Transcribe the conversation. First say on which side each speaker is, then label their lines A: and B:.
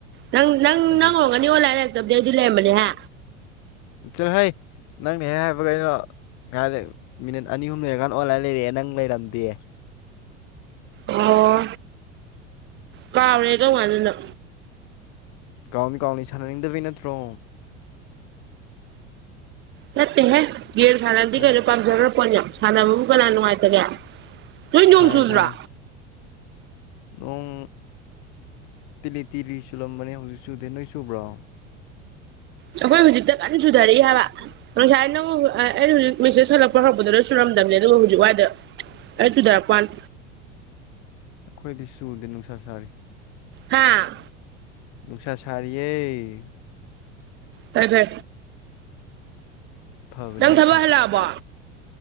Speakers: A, on the right (about 30°); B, on the left (about 50°).
A: ꯅꯪ ꯅꯪ
B: ꯑꯗꯨꯅꯤ
A: ꯅꯪ ꯑꯣꯏꯔꯝꯒꯅꯤ ꯑꯣꯜꯂꯥꯏꯟ ꯂꯩ ꯇꯕꯗꯤ ꯑꯩꯗꯤ ꯂꯩꯔꯝꯕꯅꯦꯍꯦ
B: ꯆꯠꯂꯍꯩ ꯅꯪꯅ ꯍꯦꯛ ꯍꯥꯏꯕꯒ ꯂꯩꯅꯣ ꯥꯉꯩꯔ ꯂꯩꯕ ꯃꯤꯅꯠ ꯑꯅꯤ ꯑꯨꯝ ꯂꯩꯔꯀꯥꯟ ꯑꯣꯟꯂꯥꯏ ꯂꯩꯔꯛꯑꯦ ꯅꯪ ꯂꯩꯔꯝꯗꯦ
A: ꯑꯣ ꯃꯥ ꯑꯅꯦ ꯑꯗꯨꯣ ꯉꯅꯤꯨ
B: ꯀꯥꯎꯅꯤ ꯀꯥꯎꯅꯤ ꯁꯥꯟꯅꯅꯤꯡꯗꯕꯩ ꯅꯠꯇ꯭ꯔꯣ
A: ꯅꯠꯇꯦꯍꯦ ꯒꯦꯔ ꯁꯥꯟꯅꯗꯤ
B: ꯈꯪ
A: ꯀꯩꯅꯣ ꯄꯥꯝꯖꯈ꯭ꯔ ꯄꯣꯠꯅ ꯁꯥꯟꯅꯕꯕꯨ ꯀꯅꯥ ꯅꯨꯡꯉꯥꯏꯇꯒꯦ ꯊꯣꯏ ꯌꯣꯡꯣꯡ
B: ꯈꯪꯉꯦ
A: ꯆꯗ꯭ꯔꯥ
B: ꯈꯪꯉꯦ ꯅꯣꯡ ꯇꯤꯂꯤ ꯇꯤꯜꯂꯤ ꯆꯂꯝꯕꯅꯦ ꯍꯧꯖꯤꯛ ꯁꯨꯗꯦ ꯅꯣꯏ ꯁꯨꯕ꯭ꯔꯣ
A: ꯑꯩꯈꯣꯏ ꯍꯧꯖꯤꯛꯇ ꯀꯟꯅ ꯆꯨꯊꯔꯛꯏ ꯍꯥꯏꯕ ꯉꯁꯥꯏ ꯅꯪ ꯑꯩꯩꯅ ꯍꯧꯖꯤꯛ ꯃꯦꯁꯦꯖ ꯍꯜꯂꯛꯄ ꯍꯧꯔꯛꯄꯗꯨꯗꯨꯔ ꯕ ꯑꯗꯨꯕꯨ ꯍꯧꯖꯤꯛ ꯋꯥꯏꯗ ꯑꯩ ꯆꯨꯊꯔꯛꯄꯅꯤ
B: ꯑꯩꯈꯣꯏꯗꯤ ꯁꯨꯗꯦ ꯅꯨꯡꯁꯥ ꯁꯥꯔꯤ
A: ꯍꯥꯥ
B: ꯅꯨꯡꯁꯥ ꯁꯔꯤꯌꯦꯩ
A: ꯐꯗ
B: ꯐꯕꯅꯦ
A: ꯅꯪ ꯊꯕꯍꯜꯂ ꯑꯕꯣ